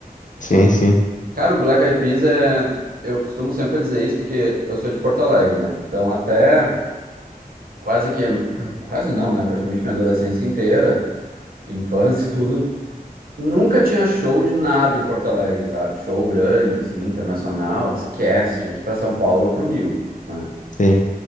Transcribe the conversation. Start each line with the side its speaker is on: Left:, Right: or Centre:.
Left: Sim,
Right: Mas,
Left: sim,
Right: cara, o Black Eyed Peas é. Eu costumo sempre dizer isso porque eu sou de Porto Alegre, né? Então, até quase que. <clears throat> Quase não, né? Praticamente minha adolescência inteira, infância <laughs> e tudo. Nunca tinha show de nada em Porto Alegre, sabe? Show grande, assim, internacional, esquece, tinha que ir pra São Paulo ou pro Rio, né?
Left: sim.